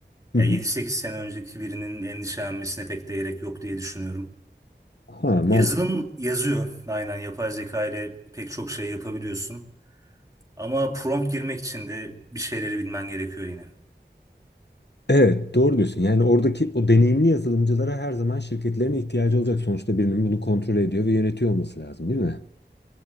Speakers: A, on the right; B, on the left.
A: Ya
B: Hı hı.
A: yedi sekiz sene önceki birinin endişelenmesine pek de gerek yok diye düşünüyorum.
B: Ha, mantıklı.
A: Yazılım yazıyor. Aynen yapay zeka ile pek çok şey yapabiliyorsun. Ama prompt girmek için de bir şeyleri bilmen gerekiyor yine.
B: Evet, doğru diyorsun. Yani oradaki o deneyimli yazılımcılara her zaman şirketlerin ihtiyacı olacak. Sonuçta birinin bunu kontrol ediyor ve yönetiyor olması lazım, değil mi?